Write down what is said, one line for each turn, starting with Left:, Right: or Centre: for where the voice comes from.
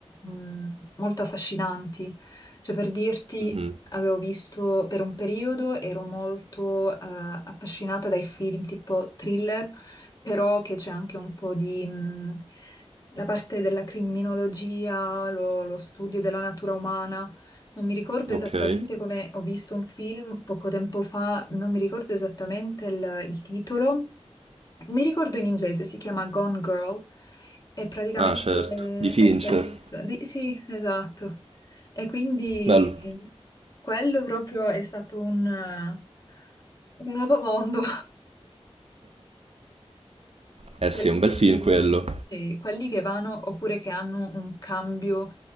Left: mm, molto affascinanti. Cioè, per dirti,
Right: Mhm,
Left: avevo visto per un periodo, ero molto eh, affascinata dai film tipo thriller però che c'è anche un po' di... mh, la parte della criminologia, lo, lo studio della natura umana. Non mi ricordo
Right: Ok.
Left: esattamente come ho visto un film poco tempo fa, non mi ricordo esattamente il, il titolo. Mi ricordo in inglese, si chiama Gone Girl e praticamente
Right: Ah, certo,
Left: l'hai
Right: di Fincher.
Left: l'hai visto? Di- sì, esatto. E quindi
Right: Bello.
Left: quello proprio è stato un, eh, un nuovo mondo
Right: Eh
Left: quelli,
Right: sì, è un bel film quello.
Left: sì, quelli che vanno oppure che hanno un cambio